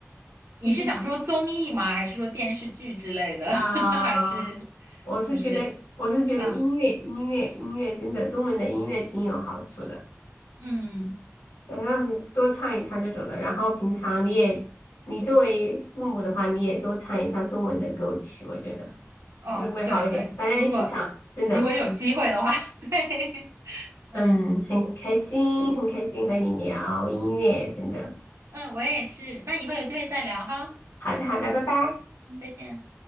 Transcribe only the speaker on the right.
你是想说综艺吗？
还是说电视剧之类的？
<laughs> 还是
不是？嗯嗯，
哦，
对对，
如果
如果有机会的话，<laughs> 对，嗯
嗯，我也是。那以后有机会再聊哈，
嗯再见。